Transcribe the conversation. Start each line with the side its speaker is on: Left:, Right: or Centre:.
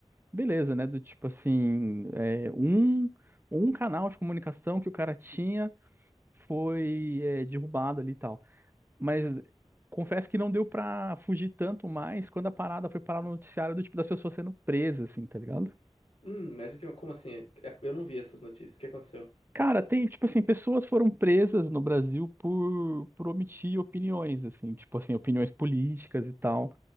Right: beleza, né? Do tipo assim, é, um, um canal de comunicação que o cara tinha foi, é, derrubado ali e tal. Mas confesso que não deu pra fugir tanto mais quando a parada foi parar no noticiário do tipo das pessoas sendo presas, assim, tá ligado?
Left: Hum, mas o que, como assim? É, é, Eu não vi essas notícias. O que aconteceu?
Right: Cara, tem, tipo assim, pessoas foram presas no Brasil por, por omitir opiniões, assim, tipo assim, opiniões políticas e tal,